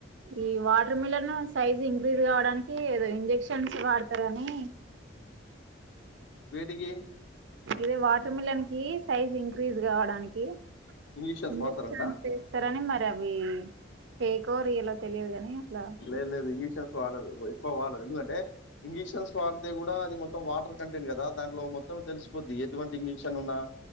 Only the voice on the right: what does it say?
ఈ వాటర్ మిలన్ సైజ్ ఇంక్రీజ్ కావడానికి ఏదో ఇంజెక్షన్స్ వాడతారు. అని
ఇదే వాటర్ మిలన్ కి సైజ్ ఇంక్రీజ్ గావడానికి
ఇంజక్షన్స్
ఎస్తారని మరి అవి ఫేక్ రియలో తెలియదు కాని అట్లా